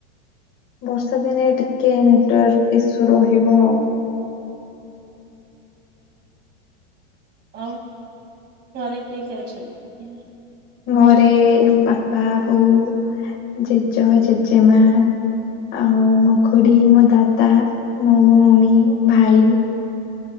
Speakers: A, on the left (about 35°); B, on the right (about 30°).
A: ବର୍ଷା ଦିନେ ଟିକେ ନେଟୱାର୍କ ଇସୁ ରହିବ ଆଉ।
B: ଆଉ ଘରେ କିଏ କିଏ ଅଛନ୍ତି?
A: ଘରେ ବାପା, ବୋଉ, ଜେଜ, ଜେଜେମା ଆଉ ମୋ ଖୁଡି, ମୋ ଦାଦା, ମୋ ଭଉଣୀ, ଭାଇ